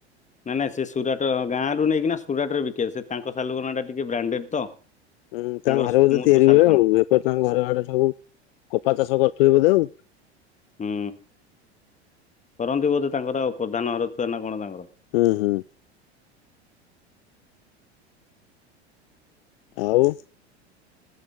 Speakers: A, on the left; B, on the left.
A: ନାଇଁ ନାଇଁ ସେ ସୁରାଟ ଗାଁ ରୁ ନେଇକିନା ସୁରାଟରେ ବିକେ ସେ ତାଙ୍କ ସାଲୁକନାଟା ଟିକେ ବ୍ରାଣ୍ଡେଡ୍ ତ।
B: ହୁଁ ତାଙ୍କ
A: ତାଙ୍କର
B: ଘରେ
A: ସ୍ମୁଥ
B: ବୋଧେ ତିଆରି
A: ସାଲୁକନା
B: ହୁଏ ଆଉ ବେପାର ତାଙ୍କ ଘର ଆଡ଼େ ହଉ କପା ଚାଷ କରୁଥିବେ ବୋଧେ ଆଉ
A: ହୁଁ କରନ୍ତି ବୋଧେ ତାଙ୍କର ଆଉ ପ୍ରଧାନ ଘର ଛୁଆ ନା କଣ ତାଙ୍କର?
B: ହୁଁ ହୁଁ ଆଉ